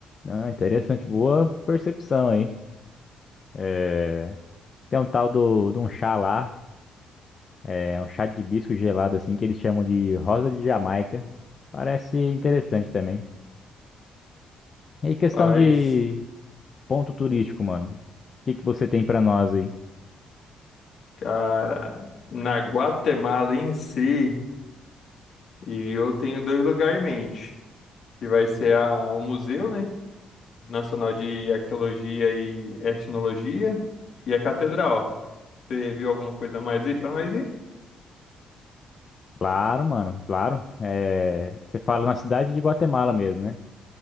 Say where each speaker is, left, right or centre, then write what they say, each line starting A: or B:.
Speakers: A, on the left; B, on the left.
A: Ah, interessante, boa percepção aí. É, Tem um tal do, de um chá lá. É um chá de hibisco gelado, assim, que eles chamam de rosa de Jamaica. Parece interessante também. E aí, questão
B: Mas,
A: de ponto turístico, mano. O que que você tem pra nós aí?
B: cara, na Guatemala em si, e eu tenho dois lugares em mente, que vai ser a, o Museu, né? Nacional de Arqueologia e Etnologia e a Catedral. Você viu alguma coisa a mais aí pra nós aí?
A: Claro, mano, claro. É, Você fala na cidade de Guatemala mesmo, né?